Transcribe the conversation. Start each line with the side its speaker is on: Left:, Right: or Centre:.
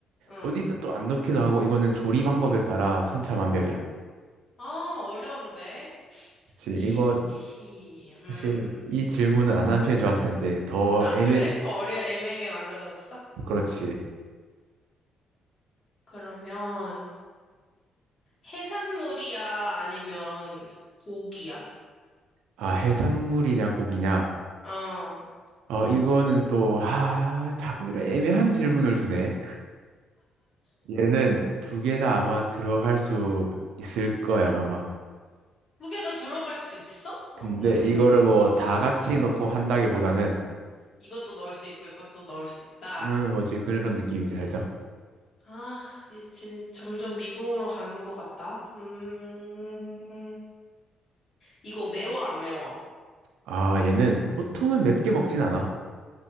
Left: 응.
Right: 어디는 또 안 넣기도 하고 이거는 조리 방법에 따라 천차만별이야.
Left: 아, 어려운데?
Right: 그렇지.
Left: 김치,
Right: 이거
Left: 음.
Right: 사실 이 질문은 안 한 편이 좋았을 텐데 더
Left: 아,
Right: 애매
Left: 그래? 더 어려, 애매하게 만들어놨어?
Right: 그렇지.
Left: 음. 그러면, 해산물이야? 아니면 고기야?
Right: 아, 해산물이냐, 고기냐?
Left: 어.
Right: 어, 이거는 또, 아, 자꾸 이런 애매한 질문을 주네. 얘는 두 개 다 아마 들어갈 수 있을 거야, 아마.
Left: 두 개 다 들어갈 수 있어?
Right: 근데
Left: 음,
Right: 이거를 뭐 다 같이 넣고 한다기보다는,
Left: 이것도 넣을 수 있고 이것도 넣을 수 있다.
Right: 음, 뭐지, 그런 느낌이지, 살짝.
Left: 아, 이제 진- 점점 미궁으로 가는 것 같다. 음, 이거 매워 안 매워?
Right: 아, 얘는 보통은 맵게 먹진 않아.